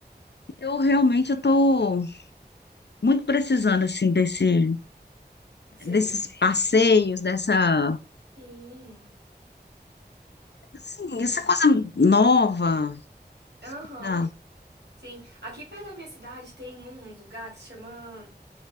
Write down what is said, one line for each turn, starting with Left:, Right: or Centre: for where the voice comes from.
Left: eu realmente eu tô muito precisando assim desse,
Right: Sei.
Left: desses passeios, dessa,
Right: Sim,
Left: assim,
Right: sim.
Left: essa coisa nova, essa
Right: Aham.
Left: coisa
Right: Sim, aqui perto da minha cidade tem um lugar que se chama